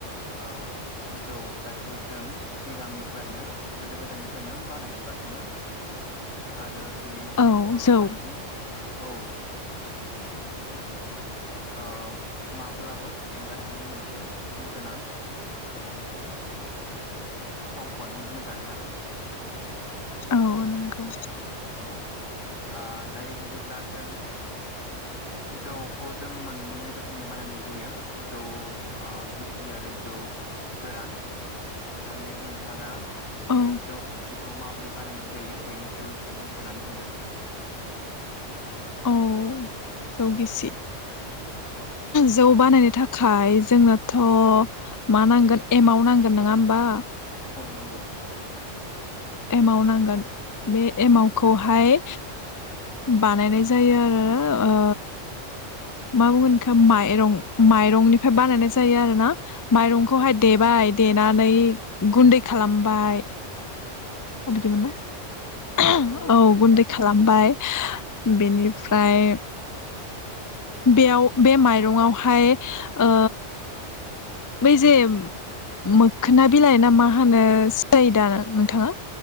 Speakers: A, on the left; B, on the left.
A: ओ जौ जायखौ जों सिगांनिफ्रायनो गोदो गोदायनिफ्रायनो बानायबोगासिनो आरो बेयो जोंनि
B: औ
A: बर'
B: जौ
A: हारिनि औ ओ माब्लाबो एंगार हायि मोनसे गोनां सम्पदबो बुंजागोन आरो
B: औ नंगौ
A: औ ओ दायो बिदिब्ला जों जौखौ जों मोननै रोखोमनि बानायनाय जायो जौ गिसि आरो जौ गोरान दायो नोंथाङा
B: औ
A: बे जौ गिसिखौ माबोरै बानायनाय जायो बेनि सायाव एसे बुंफोर'नानै होदो
B: औ जौ गिसि
A: औ
B: जौ बानायनो थाखाय जोंनोथ' मा नांगोन एमाव नांगोन नङा होमबा
A: नंगौ औ
B: एमाव नांगोन बे एमावखौहाय बानायनाय जायो आरो ओ मा बुंगोन माइरं माइरंनिफ्राय बानायनाय जायो आरोना माइरंखौहाय
A: औ
B: देबाय देनानै गुन्दै खालामबाय अ बिदिमोन ना
A: नंगौ
B: औ गुन्दै खालामबाय बेनिफ्राय बेयाव बे माइरंआवहाय ओ बै जे मोखोना बिलाइ ना मा होनो सि नायो दा
A: औ
B: नोंथाङा
A: औ